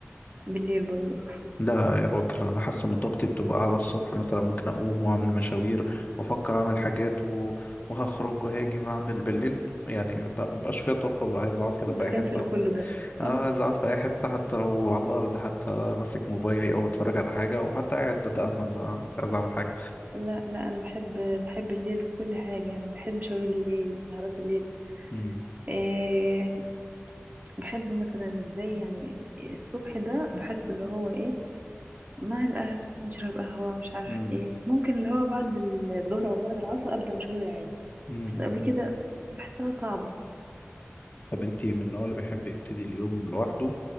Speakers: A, on the right; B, on the left.
A: بالليل برضه
B: لا يا راجل أنا حاسس إن طاقتي بتبقى أعلى الصبح مثلا ممكن أقوم وأعمل مشاوير وأفكر أعمل حاجات و... وهخرج وهاجي وهعمل بالليل يعني لا مبقاش فيها طاقة ببقى عايز أقعد كده
A: بكنسل
B: في أي حتة
A: كل
B: و...
A: ده صح
B: آه عايز أقعد في أي حتة حتى لو على الأرض حتى ماسك موبايلي أو أتفرج على حاجة وحتى قاعد بتأمل آه، مش عايز أعمل حاجة
A: لا لا أنا بحب بحب الليل في كل حاجة يعني بحب مشاوير الليل سهرات الليل
B: مم.
A: إيه بحب مثلا زي يعني الصبح ده بحس اللي هو ايه مع الأهل نشرب قهوة مش عارفة
B: مم.
A: ايه ممكن اللي هو بعد الظهر أو بعد العصر أبدأ مشغولي عادي
B: مم.
A: بس قبل كده بحسها صعب
B: طب انت من النوع اللي بيحب يبتدي اليوم لوحده